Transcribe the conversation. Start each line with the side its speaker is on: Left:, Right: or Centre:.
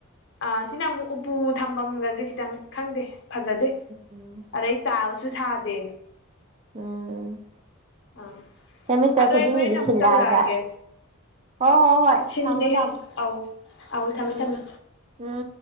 Left: ꯑꯥ ꯁꯤꯅ ꯑꯃꯨꯛ ꯎꯄꯨ ꯊꯝꯐꯝꯒꯁꯦ ꯈꯤꯇꯪ ꯈꯪꯗꯦ ꯐꯖꯗꯦ
Right: ꯎꯝ
Left: ꯑꯗꯩ ꯇꯥꯏꯜꯁꯨ ꯊꯥꯗꯦ
Right: ꯎꯝ
Left: ꯑꯥ
Right: ꯁꯦꯃꯤꯁꯇꯔ
Left: ꯑꯗꯣ
Right: ꯈꯨꯗꯤꯡꯒꯤꯗꯤ
Left: ꯑꯩ ꯍꯣꯔꯦꯟ ꯑꯃꯨꯛ
Right: ꯁꯤꯜꯂꯦ
Left: ꯇꯧꯔꯛꯑꯒꯦ
Right: ꯍꯥꯏꯇꯥꯔꯦ ꯍꯣꯏ ꯍꯣꯏ ꯍꯣꯏ
Left: ꯁꯤꯟꯗꯦꯍꯦ
Right: ꯊꯝꯃꯣ ꯊꯝꯃꯣ
Left: ꯑꯧ ꯑꯧ ꯊꯝꯃꯦ
Right: ꯎꯝ
Left: ꯊꯝꯃꯦ
Right: ꯎꯝ ꯎꯝ